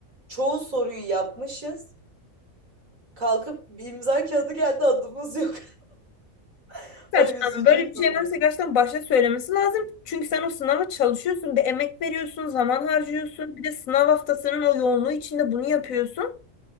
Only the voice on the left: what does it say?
Saçmalama.
Böyle bir şey
varsa gerçekten başta söylemesi lazım. Çünkü sen o sınava çalışıyorsun, bir emek veriyorsun, zaman harcıyorsun. Bir de sınav haftasının o yoğunluğu içinde bunu yapıyorsun.